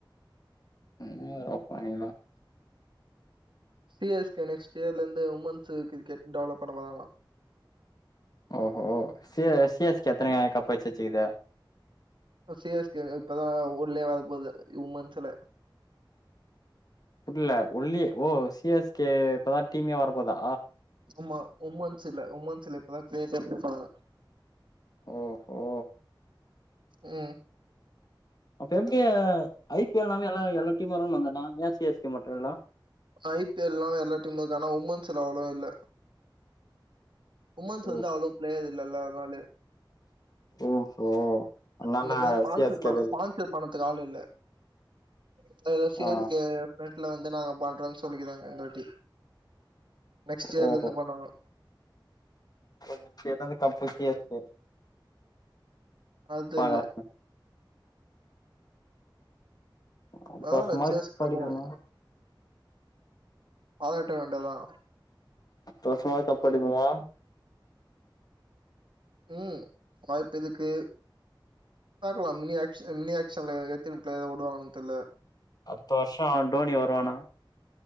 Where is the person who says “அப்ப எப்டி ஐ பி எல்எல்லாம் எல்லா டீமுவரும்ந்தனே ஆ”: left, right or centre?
Left